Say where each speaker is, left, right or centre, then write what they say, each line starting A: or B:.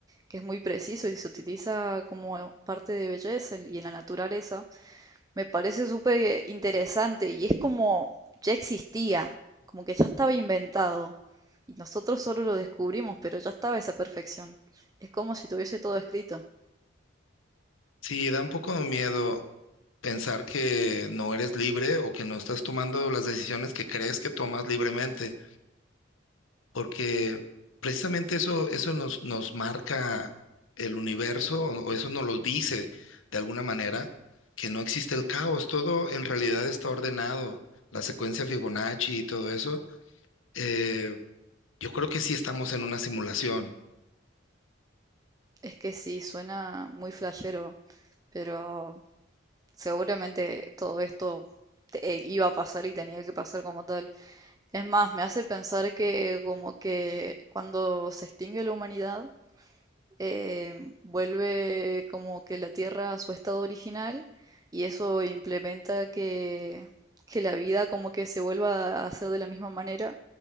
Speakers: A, on the right; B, on the left.
A: que es muy preciso y se utiliza como parte de belleza y en la naturaleza, me parece súper interesante y es como ya existía, como que ya estaba inventado. Y nosotros solo lo descubrimos, pero ya estaba esa perfección. Es como si tuviese todo escrito.
B: Sí, da un poco de miedo pensar que no eres libre o que no estás tomando las decisiones que crees que tomas libremente. porque precisamente eso, eso nos, nos marca el universo, o o eso nos lo dice de alguna manera, que no existe el caos, todo en realidad está ordenado, la secuencia Fibonacci y todo eso. eh, yo creo que sí estamos en una simulación.
A: Es que sí, suena muy flashero, pero Seguramente todo esto te- eh, iba a pasar y tenía que pasar como tal. Es más, me hace pensar que como que cuando se extingue la humanidad, eh, vuelve como que la Tierra a su estado original y eso implementa que, que la vida como que se vuelva a hacer de la misma manera